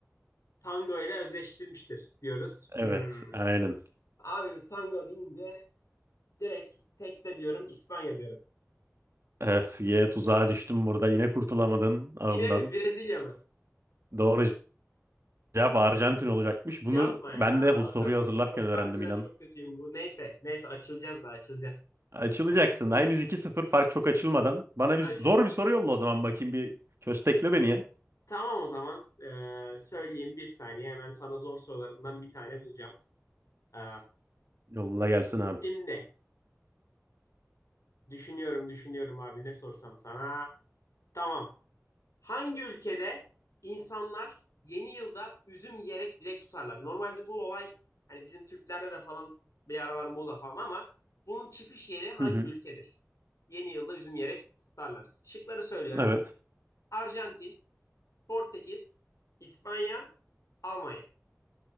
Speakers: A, on the left (about 80°); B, on the right (about 55°).
A: Tango ile özdeştirmiştir diyoruz.
B: Evet,
A: Hmm.
B: aynen.
A: Abi tango deyince direkt tekte diyorum İspanya diyorum.
B: Evet, yine tuzağa düştüm burada. Yine kurtulamadın ağımdan.
A: Yine mi Brezilya mı?
B: Doğru Cevap Arjantin olacakmış. Bunu
A: Yapma ya
B: ben
A: abi
B: de bu soruyu
A: ben
B: hazırlarken
A: de çok
B: öğrendim
A: harbiden
B: inan.
A: çok kötüyüm bu. Neyse neyse açılacağız da açılacağız.
B: Açılacaksın.
A: A-
B: Daha henüz 2-0 fark çok açılmadan. Bana
A: Açıl
B: bir zor bir soru yolla o zaman bakayım bir köstekle beni ya.
A: Tamam o zaman ee, söyleyeyim bir saniye hemen sana zor sorularımdan bir tane bulacağım. Ee,
B: Yolla gelsin abi.
A: şimdi Düşünüyorum, düşünüyorum abi ne sorsam sana. Tamam. Hangi ülkede insanlar yeni yılda üzüm yiyerek dilek tutarlar? Normalde bu olay hani bizim Türklerde de falan bir aralar moda falan ama bunun çıkış yeri hangi
B: Hı hı.
A: ülkedir? Yeni yılda üzüm yiyerek kutlarlar. Şıkları söylüyorum.
B: Evet.
A: Arjantin, Portekiz, İspanya, Almanya.